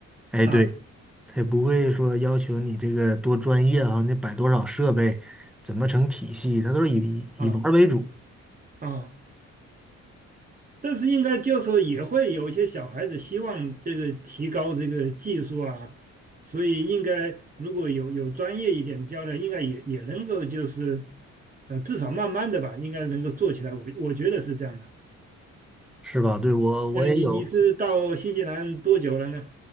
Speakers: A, in the centre; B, on the right.
A: 哎，
B: 啊
A: 对。他也不会说要求你这个多专业啊，你摆多少设备，怎么成体系，他都是以以玩儿为主，
B: 啊啊。但是应该就是说也会有一些小孩子希望这个提高这个技术啊，所以应该如果有有专业一点的教练，应该也也能够就是呃至少慢慢的吧，应该能够做起来。我我觉得是这样的。
A: 是吧？对，我我也有，
B: 呃，你你是到新西兰多久了呢？